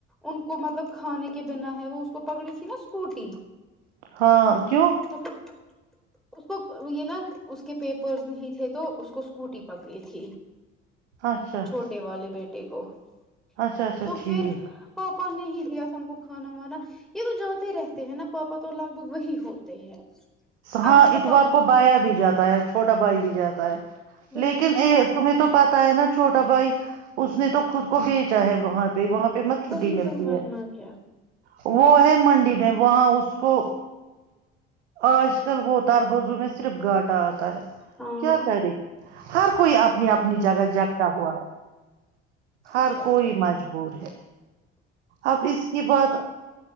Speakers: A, in the centre; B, on the right.
A: ان کو مطلب کھانے کے بنا ہے وہ اس کو پکڑی تھی نا اسکوٹی
B: ہاں کیوں
A: تو پھر اس کو یہ نا اس کو کے پیپرس نہیں تھے تو اس کو کو اسکوٹی پکڑی تھی
B: اچھا
A: چھوٹے والے بیٹے یکو <unintelligible>
B: اچھا اچھا
A: تو
B: ٹھیک
A: پھر پاپا نے ہی دیا سن کو کھانا وانا یہ تو جاتے رہتے ہیں نا پاپا تو لگ بھگ وہی ہوتے ہیں
B: ہاں
A: اب مطلب
B: اتوار
A: پاپ
B: کو بایا بھی جاتا ہے چھوٹا بھائی بھی جاتا ہے
A: وہی
B: لیکن
A: نا
B: یہ تمہیں تو پتتا ہے نا چھوٹا بھائی اس نے تو خود کو بیچا ہے وہاں پہ وہاں پہ مت چھٹی
A: وہی
B: ملتی
A: تو ورنہ
B: ہے
A: کیا
B: وہ ہے منڈی میں وہاں اس کو آج کل بں ت بو م میں صرفاٹ آتا ہے
A: ہاں
B: کیا کرے ہر کوئی آپ نی اپنی جگہ جگتا ہوا ہے
A: اب
B: ہر
A: کیا
B: کوئی
A: کرے
B: مجبور ہے اب اس کی بات